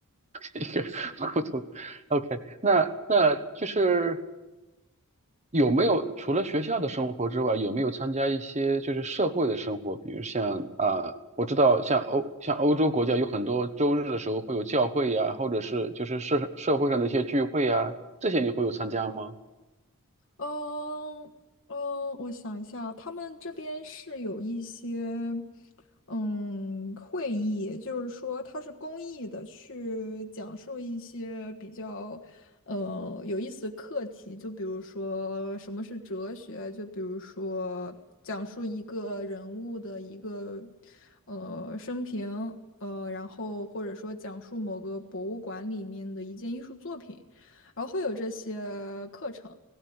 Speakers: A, on the right; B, on the left.
A: <laughs> 一个糊涂的。OK，那那就是。有没有除了学校的生活之外，有没有参加一些就是社会的生活？比如像啊、我知道像欧像欧洲国家有很多周日的时候会有教会呀、或者是就是社社会上的一些聚会呀、这些你会有参加吗？
B: 嗯嗯，我想一下啊，他们这边是有一些嗯会议，就是说它是公益的，去讲述一些比较呃有意思的课题，就比如说什么是哲学，就比如说讲述一个人物的一个呃生平，呃，然后或者说讲述某个博物馆里面的一件艺术作品，然后会有这些课程。